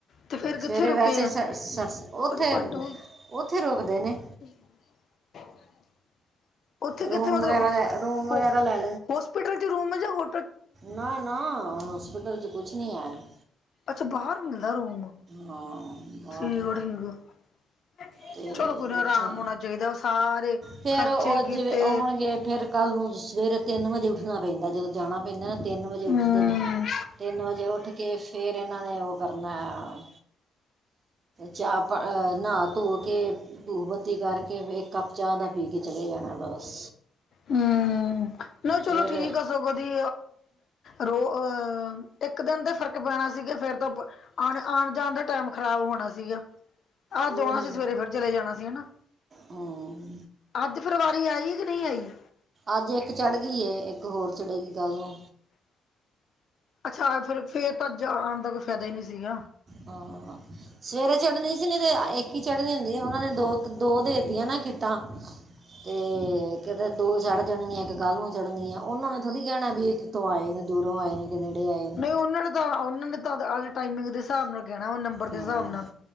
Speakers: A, on the left (about 55°); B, on the right (about 45°).
A: ਤੇ ਫੇਰ ਕਿੱਥੇ
B: ਸਵੇਰੇ
A: ਰੁਕੇ
B: ਵੈਸੇ
A: ਆ
B: ਸ-ਸ, ਉੱਥੇ-ਉੱਥੇ
A: ਪਰੇ ਭੰਡ
B: ਰੋਕਦੇ ਨੇ।
A: <unintelligible> ਉੱਥੇ ਕਿੱਥੇ
B: ਰੂਮ
A: ਮਤਲਬ
B: ਵਗੈਰਾ ਲੈ ਰੂਮ ਵਗੈਰਾ
A: ਹੋ
B: ਲੈ
A: ਹੋਸਪਿਟਲ ਚ ਰੂਮ ਜਾਂ ਹੋ
B: ਨਾ-ਨਾ ਹਸਪਿਟਲ 'ਚ ਕੁੱਛ ਨਹੀਂ ਹੈ।
A: ਅੱਛਾ ਬਾਹਰ ਮਿਲਦਾ ਰੂਮ
B: ਹਾਂ, ਬਾਹਰ
A: ਠੀਕ ਆ ਠੀਕ।
B: ਤੇ
A: ਚਲੋ ਕੋਈ
B: ਉੱਥੇ
A: ਨਾ ਆਰਾਮ ਹੋਣਾ ਚਾਹੀਦਾ ਸਾਰੇ
B: ਫਿਰ
A: ਖ਼ਰਚੇ
B: ਉਹ
A: ਕੀਤੇ
B: ਜਿਵੇਂ ਆਉਣਗੇ ਫਿਰ ਕੱਲ ਨੂੰ ਸਵੇਰੇ ਤਿੰਨ ਵਜੇ ਉੱਠਣਾ ਪੈਂਦਾ ਜਦੋਂ ਜਾਣਾ ਪੈਂਦਾ ਨਾ ਤਿੰਨ ਵਜੇ ਉੱਠਦੇ
A: ਹਮ
B: ਨੇ ਤਿੰਨ ਵਜੇ ਉੱਠ ਕੇ ਫਿਰ ਇਹਨਾਂ ਨੇ ਉਹ ਕਰਨਾ ਚਾਹ ਨਹਾ ਧੋ ਕੇ ਧੂਫ ਬੱਤੀ ਕਰਕੇ ਇੱਕ ਕੱਪ ਚਾਹ ਦਾ ਪੀ ਕੇ। ਚਲੇ ਜਾਣਾ ਬਸ
A: ਹੂੰ, ਨਹੀਂ ਚਲੋ
B: ਫਿਰ
A: ਠੀਕ ਆ ਸਗੋਂ ਦੀ ਰੋ ਅਹ ਇੱਕ ਦਿਨ ਤੇ ਫ਼ਰਕ ਪੈਣਾ ਸੀਗਾ ਫੇਰ ਤੋਂ ਆ ਆਣ ਜਾਣ ਦਾ ਟਾਈਮ ਖ਼ਰਾਬ ਹੋਣਾ ਸੀਗਾ ਅੱਜ
B: ਉਹੀ
A: ਆਉਣਾ ਸੀ ਸਵੇਰੇ ਫਿਰ ਚਲੇ ਜਾਣਾ ਸੀ ਹਨਾ
B: ਹਮ,
A: ਅੱਜ ਫਿਰ ਵਾਰੀ ਆਈ ਕਿ ਨਹੀਂ ਆਈ।
B: ਅੱਜ ਇੱਕ ਚੜ੍ਹ ਗਈ ਇੱਕ ਹੋਰ ਚੜ੍ਹੇਗੀ ਕੱਲ੍ਹ ਨੂੰ।
A: ਅੱਛਾ! ਫੇਰ-ਫੇਰ ਤਾਂ ਜਾਣ ਦਾ ਕੋਈ ਫਾਇਦਾ ਹੀ ਨਹੀ ਸੀਗਾ।
B: ਹਾਂ, ਸਵੇਰੇ ਚੜ੍ਹਨੀ ਸੀ। ਨਹੀਂ ਤੇ ਇੱਕ ਹੀ ਚੜ੍ਹਨੀ ਹੁੰਦੀ। ਉਹਨਾਂ ਨੇ ਦੋ-ਦੋ ਦੇ ਤੀਆਂ ਨਾ ਕਿੱਟਾਂ ਤੇ ਕਿਤੇ ਦੋ ਚੜ੍ਹ ਜਾਣੀ ਇੱਕ ਕੱਲ੍ਹ ਨੂੰ ਚੜਨੀ ਐ। ਉਹਨਾਂ ਨੇ ਥੋੜ੍ਹੀ ਕਹਿਣਾ ਵੀ ਇੱਕ ਤੋਂ ਆਏ ਨੇ ਦੂਰੋਂ ਆਏ ਨੇ। ਕੇ ਨੇੜੇ ਆਏ ਨੇ।
A: ਨਹੀ, ਉਹਨਾਂ ਨੇ ਤਾਂ ਉਹਨਾਂ ਨੇ ਤਾਂ ਟਾਇਮੀਗ ਦੇ ਹਿਸਾਬ ਨਾਲ ਕਹਿਣਾ ਨੰਬਰ ਦੇ
B: ਹਾਂ
A: ਹਿਸਾਬ ਨਾਲ